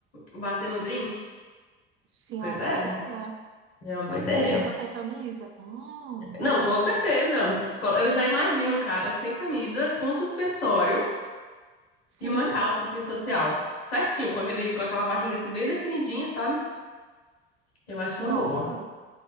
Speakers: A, on the left (about 85°); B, on the right (about 40°).
A: batendo drink.
B: sim,
A: Pois
B: uma boa
A: é,
B: ideia.
A: é uma boa ideia.
B: Então, sem camisa? Hum,
A: Não, com certeza. Eu já imagino o cara sem camisa, com suspensório
B: sim.
A: E uma calça, assim, social. Certinho, com aquele, com aquela barriga, assim, bem definidinha, sabe? Eu acho
B: Nossa,
A: uma boa.